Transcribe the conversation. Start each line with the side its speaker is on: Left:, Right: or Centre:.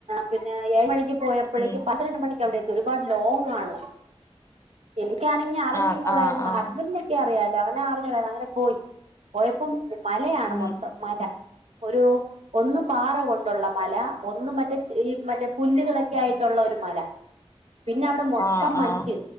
Right: പിന്നെ ഏഴ് മണിക്ക് പോയപ്പോഴേക്ക്
Left: ഉം
Right: പന്ത്രണ്ട് മണിക്ക് അവിടെ എത്ത ഒരുപാട് ലോങ് ആണ് എനിക്കാണെങ്ക അറിഞ്ഞും
Left: ആഹ്
Right: കൂടെന്ന്
Left: ആഹ് ആഹ്
Right: ഹസ്ബൻഡറിിന ഒക്കെ അറിയാലോ അങ്ങനെ അറിഞ്ഞൂടന്ന് അങ്ങനെ പോയി പോയപ്പം മലയാണ്
Left: ഉം
Right: മൊത്തം മല ഒരു ഒന്ന പാറ കൊണ്ടുള്ള മല ഒന്ന് മറ്റേ ഈ മറ്റേ പുല്ലുകളൊക്കെ ആയിട്ടുള്ള ഒരു മല പിന്നെ അവിടെ മൊത്തം
Left: ആഹ്
Right: മഞ്ഞ്
Left: ആഹ്